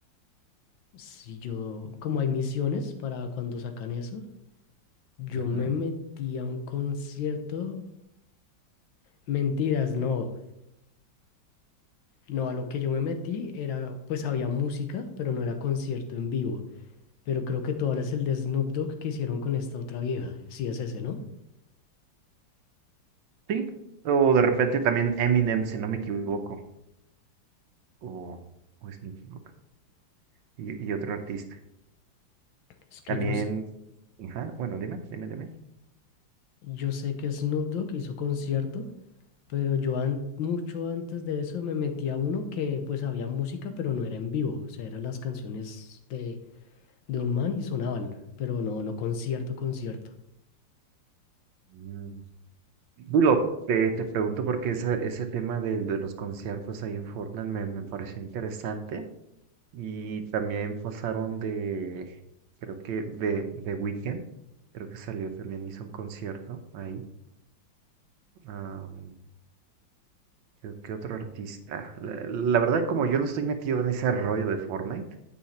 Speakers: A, on the left; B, on the right.
A: Si yo, como hay misiones para cuando sacan eso, yo
B: Ajá.
A: me metí a un concierto. Mentiras, no. No, a lo que yo me metí era, pues había música, pero no era concierto en vivo. Pero creo que tú hablas el de Snoop Dogg que hicieron con esta otra vieja. Sí, es ese, ¿no?
B: Sí, o de repente también Eminem, si no me equivoco, o, o Snoop Dogg, y, y otro artista.
A: Es que
B: También,
A: yo, s-
B: ajá, bueno, dime, dime, dime.
A: yo sé que Snoop Dogg hizo concierto Pero yo an- mucho antes de eso me metí a uno que pues había música, pero no era en vivo. O sea, eran las canciones de, de un man y sonaban, pero no, no concierto, concierto.
B: Mm, Digo, te, te pregunto porque ese, ese tema de, de los conciertos ahí en Fortnite me, me pareció interesante. Y también pasaron de, creo que de The Weeknd, creo que salió también, hizo un concierto ahí. Am, creo que otro artista. Ah, La, la verdad, como yo no estoy metido en ese rollo de Fortnite,